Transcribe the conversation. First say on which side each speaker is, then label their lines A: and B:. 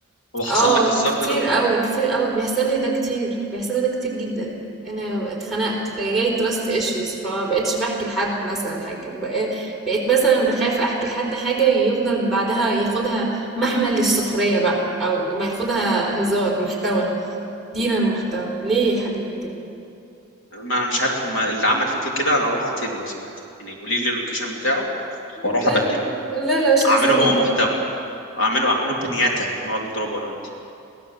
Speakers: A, on the left; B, in the centre.
A: هو حصل
B: اه
A: لك الظرف
B: كتير
A: ده
B: قوي كتير قوي بيحصل لي ده كتير بيحصل لي ده كتير جدا انا اتخنقت فجالي تراست ايشوز فما بقتش بحكي لحد مثلا حاجه بق- بقيت مثلا بخاف احكي لحد حاجه يفضل بعدها ياخدها محمل للسخريه بقى او ما ياخدها هزار محتوى دينا محتوى ليه يا حبيبي كده
A: ما انا مش عارف هما اللي عمل فيك كده انا اروح اقتله لو سمحت يعني قولي لي اللوكيشن بتاعه واروح
B: لا
A: ابهدله
B: لا لا لا مش
A: اعمله
B: لازم
A: هو
B: نقتل
A: محتوى اعمله اعمله بنياتا نقعد نضربه انا وانت